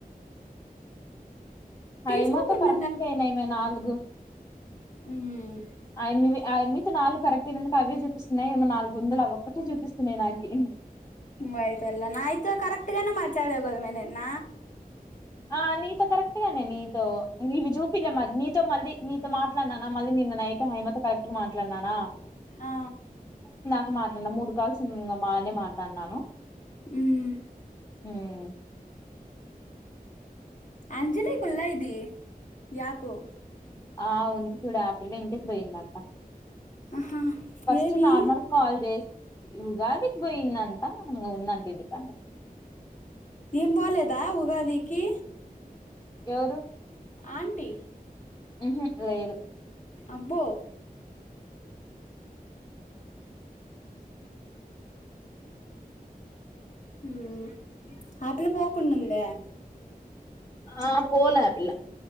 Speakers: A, on the left; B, on the left.
A: హైమాతో
B: తీసుకోకుండా
A: కరెక్ట్గా అయినాయమయి నాలుగు
B: హ్మ్
A: ఆ యమ్మివి ఆ యమ్మి తో నాలుగు కరెక్ట్ అయినందుకు అవే చూపిస్తున్నాయి ఏమో నాలుగు వందలు అవొక్కటే చూపిస్తున్నాయి నాకి
B: వయితల్లె నాయితే కరక్ట్గానే మాట్లాడావు కదమ్మాయ్ నిన్న
A: ఆ నీతో కరెక్ట్గానే నీతో నీవి చూపిలే మరి నీతో మళ్ళీ నీతో మాట్లాడినానా మళ్ళీ నిన్న నైట్ హైమాతో కరెక్ట్ గా మాట్లాడినాన
B: ఆ
A: ఇంకా మాట్లాడల మూడు కాల్స్ ఉన్నాయి ఇంగ బానే మాట్లాడినాను
B: హ్మ్
A: హ్మ్
B: అంజలికులా ఇది యాపు
A: ఆ ఉంది కూడా ఇంటికి పోయిందంట
B: ఆహా
A: ఫస్ట్
B: ఏమి
A: నార్మల్ కాల్ చేస్ ఉగాదికి పోయిందంట ఇంగ ఉందంట ఇంటి కాడ
B: ఈమె పోలేదా ఉగాదికి
A: ఎవరు
B: ఆంటీ
A: ఊహూ లేదు
B: అబ్బో హ్మ్ ఆ పిల్ల పోకుండుంద
A: ఆ పోలే ఆ పిల్ల